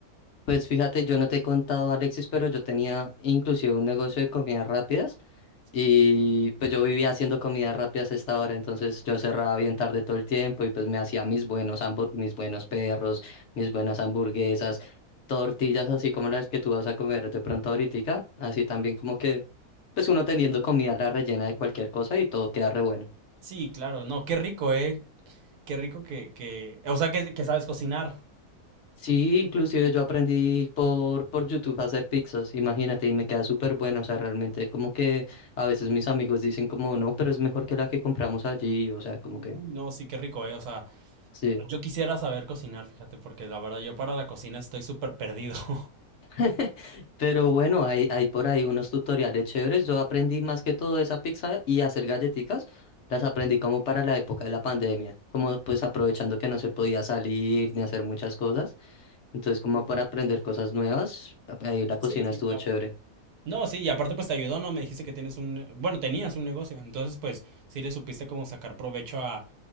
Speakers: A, on the left; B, on the right.
A: Pues fíjate, yo no te he contado, Alexis, pero yo tenía inclusive un negocio de comidas rápidas. Y pues yo vivía haciendo comidas rápidas a esta hora, entonces yo cerraba bien tarde todo el tiempo y pues me hacía mis buenos hambu- mis buenos perros, mis buenas hamburguesas, tortillas así como las que tú vas a comer de pronto ahorita, así también como que pues uno teniendo comida la rellena de cualquier cosa y todo queda re bueno.
B: Sí, claro, no, qué rico, ¿eh? Qué rico que, que, o sea, que, que sabes cocinar.
A: Sí, inclusive yo aprendí por, por YouTube a hacer pizzas, imagínate, y me queda súper bueno, o sea, realmente como que a veces mis amigos dicen como no, pero es mejor que la que compramos allí, o sea, como
B: Uy,
A: que
B: no, sí, qué rico, eh. O sea,
A: sí.
B: yo quisiera saber cocinar, fíjate, porque la verdad yo para la cocina estoy súper perdido. <laughs>
A: <laughs> Pero bueno, hay, hay por ahí unos tutoriales chéveres. Yo aprendí más que todo esa pizza y hacer galletitas. Las aprendí como para la época de la pandemia, como pues aprovechando que no se podía salir ni hacer muchas cosas. Entonces, como para aprender cosas nuevas, ahí la cocina
B: Sí, sí,
A: estuvo
B: claro.
A: chévere.
B: No, sí, y aparte pues te ayudó, ¿no? Me dijiste que tienes un, ne- bueno, tenías un negocio, entonces pues sí le supiste como sacar provecho a,